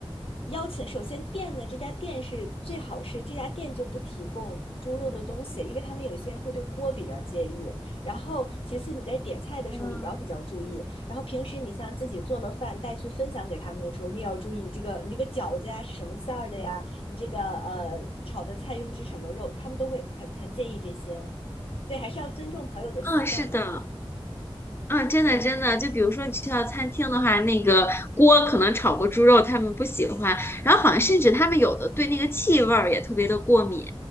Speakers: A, on the left; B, on the left.
A: 邀请首先店呢，这家店是最好是这家店就不提供猪肉的东西，因为他们有些人会对锅比较介意。然后，其次你在点菜的时候也要比较注意。
B: 嗯
A: 然后平时你像自己做了饭带去分享给他们的时候，你也要注意你这个你这个饺子呀是什么馅儿的呀，你这个呃炒的菜用的是什么肉，他们都会很很介意这些，所以还是要尊重朋友的习惯嘛。
B: 嗯，是的。啊，真的真的，就比如说你去到餐厅的话，那个锅可能炒过猪肉，他们不喜欢，然后好像甚至他们有的对那个气味儿也特别的过敏，